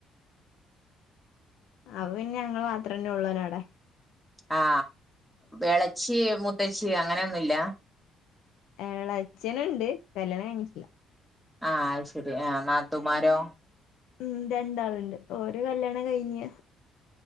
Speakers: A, on the left; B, in the centre.
A: അവ പിന്നെ ഞങ്ങള് മാത്രന്നെള്ളു അടെ
B: ആ എളച്ചി മൂത്തച്ചി അങ്ങനെന്നുല്ല
A: എളച്ഛനുണ്ട് കല്യാണം കഴിഞ്ഞിട്ടില്ല
B: ആ അത് ശരി ആഹ നാത്തുമാരോ
A: ഉം രണ്ടാള്ണ്ട് ഓരോ കല്യാണം കഴിഞ്ഞ്